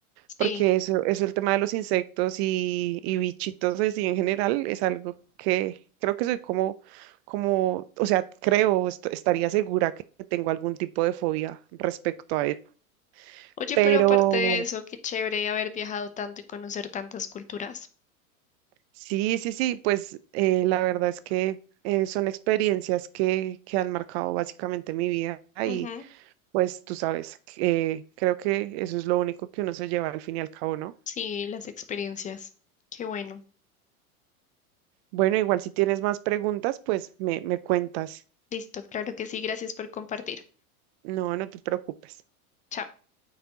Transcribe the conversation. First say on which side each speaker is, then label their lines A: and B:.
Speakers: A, on the left (about 20°); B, on the right (about 45°).
A: Sí.
B: porque eso, eso el tema de los insectos y, y bichitos así en general es algo que creo que soy como, como, o sea, creo, est- estaría segura que tengo algún tipo de fobia respecto a eso.
A: Oye,
B: Pero
A: pero aparte de eso, qué chévere haber viajado tanto y conocer tantas culturas.
B: sí, sí, sí, pues eh, la verdad es que eh, son experiencias que, que han marcado básicamente mi vida
A: Ujú.
B: y pues tú sabes, eh, creo que eso es lo único que uno se lleva al fin y al cabo, ¿no?
A: Sí, las experiencias. Qué bueno.
B: Bueno, igual si tienes más preguntas, pues me, me cuentas.
A: Listo, claro que sí. Gracias por compartir.
B: No, no te preocupes.
A: Chao.